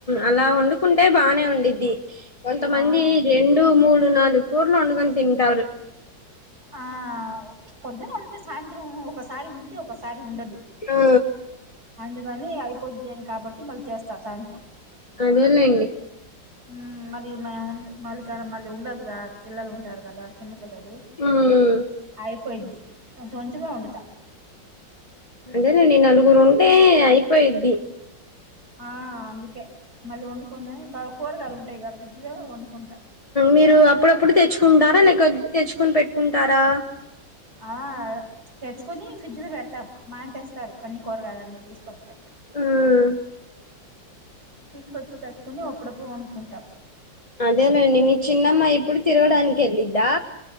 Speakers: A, on the left; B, on the right.
A: అలా వండుకుంటే బాగానే ఉండిద్ది కొంతమంది
B: ఆ
A: రెండు మూడు నాలుగు కూరలు వండుకొని తింటారు
B: ఆ పొద్దున వండితే సాయంత్రం ఒకసారి ఉంటది ఒకసారి ఉండదు
A: ఆ
B: అందుకని అయిపోది అని కాబట్టి మళ్ళీ చేస్త సధాంటం <unintelligible>
A: అదేలేండి
B: ఉ మరియున్నాయ మళ్ళీ కా మళ్ళీ ఉండదుగాద పిల్లలు ఉంటారు కదా చిన్నపిిల్లలు
A: ఉమ్
B: అయిపోయిద్ది కొంచ కొంచమె వండుతా
A: అదేనండి నలుగురు ఉంటే అయి ప్పయిది
B: ఆ అందుకే మళ్ళీ వండుకునే కూరగాయలు ఉంటాయి గ ఫ్రిడ్జ్ లో వండుకుంటా
A: మీరు అప్పుడప్పుడు తెచ్చుకుంటారా లేక తెచ్చుకుొని పెట్టుకుంటారా
B: ఆ తెచ్చుకుని ఫ్రిడ్జ్ లో పెడతాం మాఆయన తెస్తారు అన్ని కూరగాయల అన్నీ తీసుకొస్తాారు
A: ఉమ్
B: తీసుకొచ్చి పెట్టుకుని అప్పుడప్పుడు వండుకుంటాం
A: అదేనండి మీ చిన్నమ్మ ఇప్పుడు తిరగడానికి వెళ్ళిద్దా